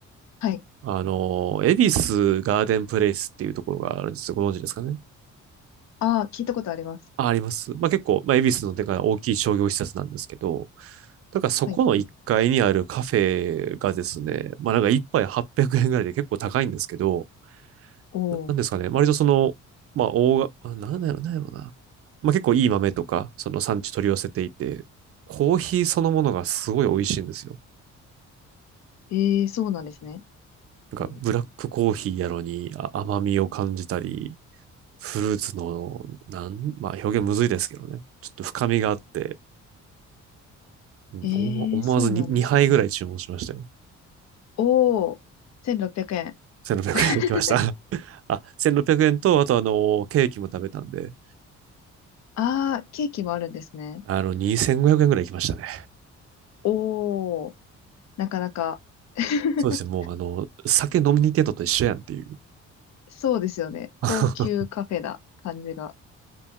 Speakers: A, on the left (about 60°); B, on the right (about 50°).
A: はい。
B: あの、恵比寿ガーデンプレイスっていうところがあるんですよ。ご存知ですかね
A: ああ、聞いたことあります。
B: あ、あります。まあ、結構、まあ、恵比寿のでか大きい商業施設なんですけど、だからそこの1階にあるカフェがですね、
A: はいはい。
B: まあなんか1杯800円ぐらいで結構高いんですけど、
A: おお。
B: ななんですかね、割とその、まあ大が、なんだろう、なんやろな。まあ結構いい豆とか、その産地取り寄せていて、コーヒーそのものがすごい美味しいんですよ。
A: ええそうなんですね。
B: なんかブラックコーヒーやのにあ甘みを感じたり、
A: うん、
B: フルーツの、なん、まあ表現むずいですけどね。ちょっと深みがあって、うん思わ思わずに2杯ぐらい注文しましたよ。
A: ええそうなんですね。おー、1600円。
B: 1600円いきました。
A: <laughs>
B: あ、1600円と、あとあの、ケーキも食べたんで、
A: ああ、ケーキもあるんですね。
B: あの、2500円ぐらい行きましたね。
A: おー、なかなか <laughs>
B: そうですね、もうあの、酒飲みに行ってんのと一緒やんっていう。
A: そうですよね。高級カフェな感じが。
B: <laughs>